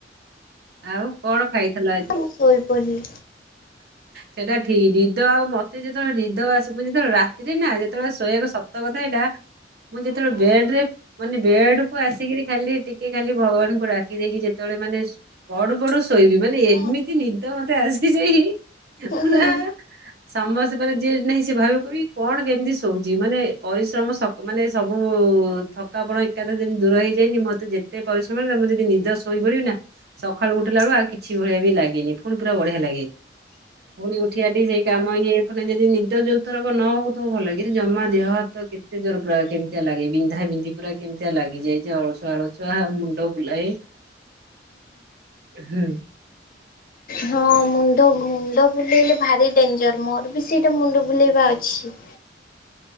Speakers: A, on the right (about 60°); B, on the left (about 50°).
A: ଆଉ କଣ ଖାଇଥିଲ ଆଜି?
B: ମୁଁ ଶୋଇପିଡିଲି
A: ସେଇଟା ଠିକ୍ ନିଦ ଆଉ ମତେ ଯେତେବେଳେ ନିଦ ଆସିବ ଯେତେବେଳେ ରାତିରେ ନା ଯେତେବେଳେ ଶୋଇବାକୁ ସତ କଥା ଏଇଟା ମୁଁ ଯେତେବେଳେ ବେଡ୍ ରେ ମାନେ ବେଡ୍ କୁ ଆସିକିରି ଖାଲି ଟିକେ ଖାଲି ଭଗବାନଙ୍କୁ ଡାକି ଦେଇକି ଯେତେବେଳେ ମାନେ ପଡୁ ପଡୁ ଶୋଇବି ମାନେ ଏମିତି
B: ହଁ
A: ନିଦ ମତେ ଆସି ସେ ହି
B: ହୁଁ
A: ନା
B: ହୁଁ
A: ସମସ୍ତେ ମାନେ ଯିଏ ନାହିଁ ସେ ଭାବିବ କହିବି କଣ କେମିତି ଶୋଉଛି ମାନେ ପରିଶ୍ରମ ମାନେ ସବୁ ଥକାପଣ ଏକାଥରେ ଯେମିତି ଦୂର ହେଇଯାଏନି ମତେ ଯେତେ ପରିଶ୍ରମ ହେଲେ ମୁଁ ଯଦି ନିଦରେ ଶୋଇ ପଡିବି ନା ସକାଳୁ ଉଠିଲାବେଳୁକୁ ଆଉ କିଛି ଭଳିଆ ବି ଲାଗେନି ପୁଣି ପୁରା ବଢିଆ ଲାଗେ। ପୁଣି ଉଠି ଆଠିକି ସେଇ କାମ ଇଏ‌ କରି ଯଦି ନିଦ ଯୋଉଥରକ ନ ହଉଥ ଭଲ କିନ୍ତୁ ଜମା ଦେହ ହାତ କେତେ ଜୋର ପୁରା କେମିତିଆ ଲାଗେ ବିନ୍ଧା ବିନ୍ଧି ପୁରା କେମିତିଆ ଲାଗିଯାଏ ଯେ ଅଳସୁଆ ଅଳସୁଆ ମୁଣ୍ଡ ବୁଲାଏ ହୁଁ।
B: ହଁ ମୁଣ୍ଡ ମୁଣ୍ଡ ବୁଲେଇଲେ ଭାରି ଡେଞ୍ଜର। ମୋର ବି ସେଇଟା ମୁଣ୍ଡ ବୁଲେଇବା ଅଛି।